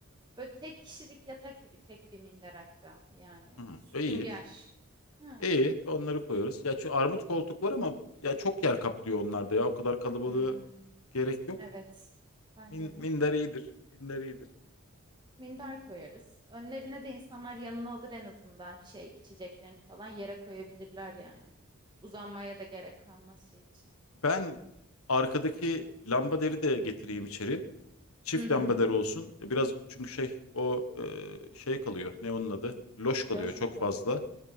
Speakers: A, on the right; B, on the left.
A: Böyle tek kişilik yatak gibi tek bir minder hatta yani.
B: Hı,
A: Sünger.
B: iyi.
A: Hı.
B: İyi. Onları koyarız. Ya şu armut koltuk var ama ya çok yer kaplıyor onlarda ya. O kadar kalabalığı
A: Hmm,
B: gerek yok.
A: evet. Bence
B: Min,
A: de.
B: minder iyidir. Minder iyidir.
A: Minder koyarız. Önlerine de insanlar yanına alır en azından şey içeceklerini falan yere koyabilirler yani. Uzanmaya da gerek kalmaz şey için.
B: Ben arkadaki lamba deri de getireyim içeri. Çift
A: Hı hı.
B: lambaları olsun. E, Biraz çünkü şey o e, şey kalıyor. Ne onun adı? Loş kalıyor
A: Döş
B: çok
A: mü kalıyor?
B: fazla.